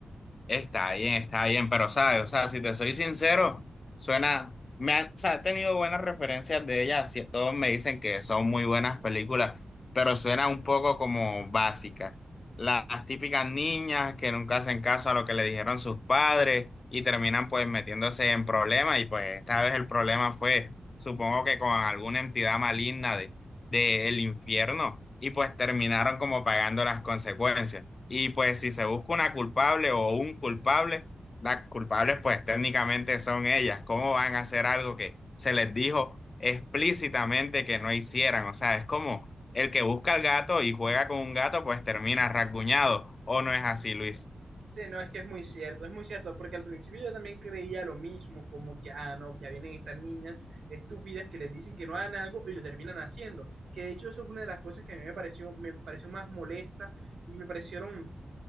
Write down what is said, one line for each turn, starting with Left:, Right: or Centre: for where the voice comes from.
Left: Está bien, está bien, pero sabes, o sea, si te soy sincero, suena, me ha- o sea, he tenido buenas referencias de ella, así todos me dicen que son muy buenas películas, pero suena un poco como básica. Las típicas niñas que nunca hacen caso a lo que le dijeron sus padres y terminan pues metiéndose en problemas y pues esta vez el problema fue, supongo que con alguna entidad maligna de, del infierno y pues terminaron como pagando las consecuencias. Y pues si se busca una culpable o un culpable, las culpables pues técnicamente son ellas. ¿Cómo van a hacer algo que se les dijo explícitamente que no hicieran? O sea, es como el que busca al gato y juega con un gato pues termina rasguñado. ¿O no es así, Luis?
Right: Sí, no, es que es muy cierto, es muy cierto, porque al principio yo también creía lo mismo, como que, ah, no, ya vienen estas niñas estúpidas que les dicen que no hagan algo y lo terminan haciendo. Que de hecho eso fue una de las cosas que a mí me pareció, me pareció más molesta y me parecieron